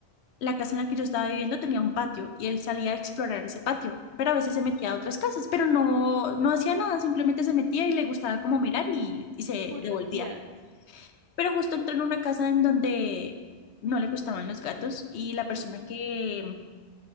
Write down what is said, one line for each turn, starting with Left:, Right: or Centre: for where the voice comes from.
Left: la casa en la que yo estaba viviendo tenía un patio y él salía a explorar ese patio, pero a veces
Right: Ujú.
Left: se metía a otras casas, pero no, no hacía nada, simplemente se metía y le gustaba como mirar y, y se
Right: Curiosidad.
Left: devolvía. Pero justo entró en una casa en donde no le gustaban los gatos y la persona
Right: Ujú.
Left: que,